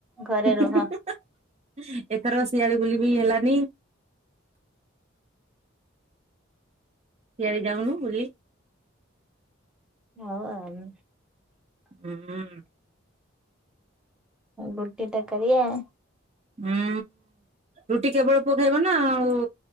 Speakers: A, in the centre; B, on the right.
A: ଘରେ
B: <inaudible>
A: ରୁହ
B: ଏଥର ଶିଆଳି ବୁଲି ବି ହେଲାନି। ସିଆଳି ଯାଉନୁ ବୁଲି।
A: ହ ଉ ଆଉ।
B: ହୁଁ।
A: ଵୁଟିତ କାରି ଆ।
B: ହୁଁ ରୁଟି କେବଳ ପୁଅ ଖାଇବ ନା ଆଉ